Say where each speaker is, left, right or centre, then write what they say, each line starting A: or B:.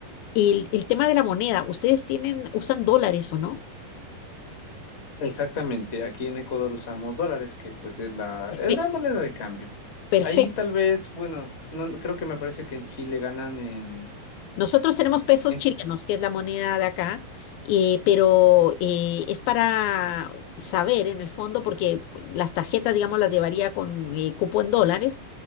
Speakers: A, on the left; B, on the left.
A: el, el tema de la moneda, ¿ustedes tienen, usan dólares o no?
B: Exactamente, aquí en Ecuador usamos dólares, que pues es la,
A: Perfecto.
B: es la moneda de cambio.
A: Perfecto.
B: Ahí tal vez, bueno, no, creo que me parece que en Chile ganan en,
A: Nosotros tenemos pesos
B: en
A: chilenos, que es la moneda de acá, eh, pero eh, es para saber en el fondo, porque las tarjetas, digamos, las llevaría con eh, cupo en dólares